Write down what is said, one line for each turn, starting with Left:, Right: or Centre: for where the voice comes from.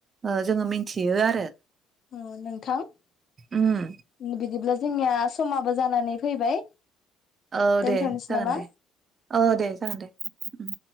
Right: ओ जोङो मिथियो आरो
Left: अ नोंथां
Right: उम
Left: बि बिदिब्ला जोंनिया समाबो जानानै फैबाय
Right: औ
Left: दोनथ'नोसै
Right: दे जागोन
Left: नामा
Right: दे औ दे जागोन दे उम